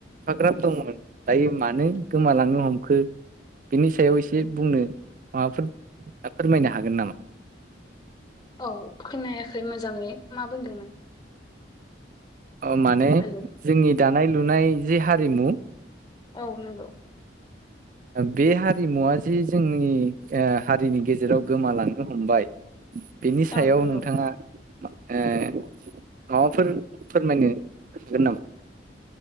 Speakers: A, on the right; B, on the left.
A: फाग्राब दंमोन दायो। मानो गोमालांनो हमखो? बिनि सायाव एसे बुंनो माबाफोर फोरमायनो हागोन नामा?
B: औ खोनायाखै मोजाङै मा बुंदोंमोन?
A: ऐ माने
B: हेलौ
A: जोंनि दानाय लुनाय जि हारिमु
B: औ नंगौ।
A: बे हारिमुवा जि जोंनि हारिनि गेजेराव गोमालांनो हमबाय बेनि सायाव
B: औ नंगौ
A: नोंथाङा ओ माबाफोर फोरमायनो हागोन नामा?